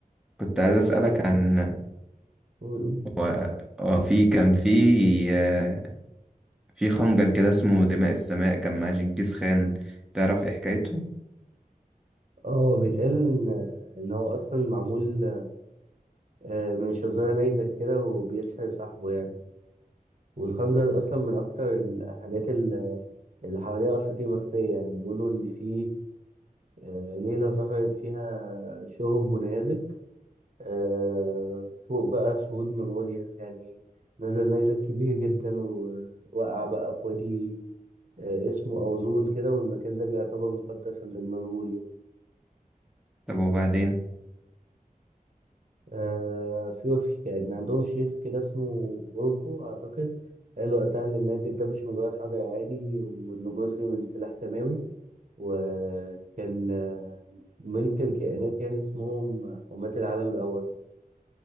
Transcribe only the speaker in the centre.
كنت عايز أسألك
عن
هو هو في كان في آه، في خنجر كده اسمه دماء السماء كان مع جنكيز خان تعرف إيه حكايته؟
طب وبعدين